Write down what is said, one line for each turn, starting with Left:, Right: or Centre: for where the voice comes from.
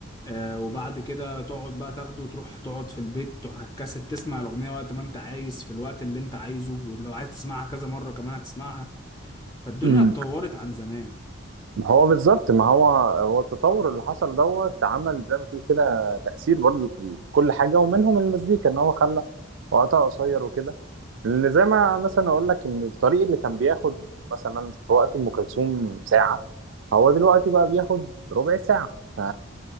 Left: آه وبعد كده تقعد بقى تاخده وتروح تقعد في البيت تروح على الكاسيت تسمع الاغنيه وقت ما انت عايز في الوقت اللي انت عايزه ولو عايز تسمعها كذا مره كمان هتسمعها فالدنيا
Right: مم.
Left: اتطورت عن زمان
Right: هو بالظبط ما هو هو التطور اللي حصل دوت عمل زي ما تقول كده تأثير برضه في في كل حاجة ومنهم المزيكا ان هو خلى وقتها قصير وكده لان زي ما مثلا اقول لك ان الطريق اللي كان بياخد مثلا في وقت ام كلثوم ساعة هو دلوقتي بقى بياخد ربع ساعة ف-